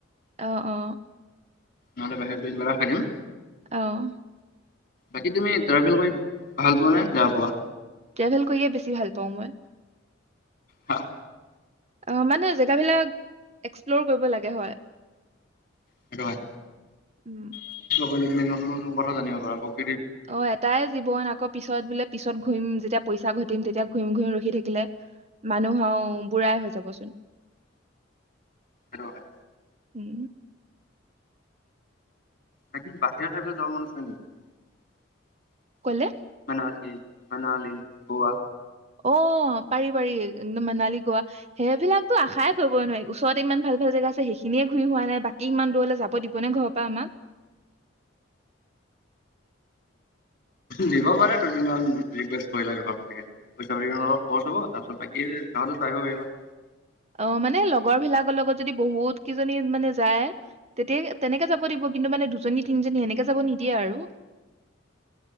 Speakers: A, on the right (about 35°); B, on the left (about 45°).
A: অহ অ
B: নহ'লে বাহিৰত গৈ কিবা এটা খাই দিম
A: অহ
B: বাকী তুমি ট্ৰেভেল কৰি ভাল পোৱা নে বেয়া পোৱা
A: ট্ৰেভেল কৰিয়ে বেছি ভাল পাওঁ মই
B: হ
A: অ মানে জেগাবলাক এক্সপ্লৰ কৰিব লাগে হয়
B: সেইটো হয
A: উম
B: বেলেগে নতুন নতুন কথা জানিব পাৰা আক
A: অ এটাই জীৱন আকৌ পিছত বোলে পিছত ঘূৰিম যেতিয়া পইচা ঘটিম তেতিয়া ঘূৰিম ঘূৰিমৰখি থাকিলে মানুহও বুঢ়াই হৈ যাবচোন
B: সেইটো হয়
A: উম
B: বাকি বাহিৰা ঠাইলে যাব মন আছে নেকি
A: কলে
B: মানালী মনালি গোৱা
A: অ পাৰি পাৰি একদম মনালী গোৱা সেইবিলাকতো আশাই কৰিব নোৱাৰি ওচৰতে ইমান ভাল ভাল জেগা আছে সেইখিনিয়ে ঘূৰি হোৱা নাই বাকী ইমান দূৰলৈ যাব দিবনে ঘৰৰ পৰা আমাক
B: দিব পাৰে দুদিনমান ৰিকোয়েস্ত কৰিলে ঘৰতে পইচা পাতি অলপ খৰচ হব তাৰপিছত বাকী যাওতে চাই পাৰিবা
A: আহ মানে লগৰবিলাকৰ লগত যদি বহুত কেইজনী মানে যায় তেতিয়া তেনেকে যাব দিব কিন্তু মানে দুজনী তিনজনী সেনেকে যাব নিদিয়ে আৰু